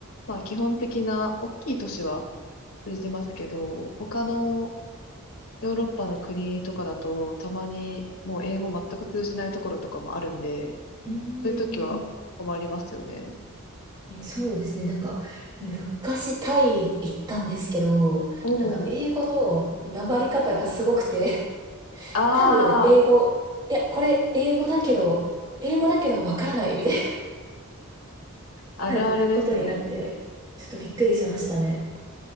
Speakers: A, on the left; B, on the right.
A: まあ、基本的な大きい都市は通じますけど、他のヨーロッパの国とかだと、たまにもう英語全く通じないところとかもあるんで、
B: うー
A: そういう時は困りますよね。
B: んそうですね。なんか、昔タイ行ったんですけど、
A: おー。
B: なんか英語のなまり方がすごくて、<laughs>
A: ああ、
B: 多分英語、いや、これ英語だけど、英語だけどわからないみたいな
A: あるあるですね。
B: <laughs> ことになって、ちょっとびっくりしましたね。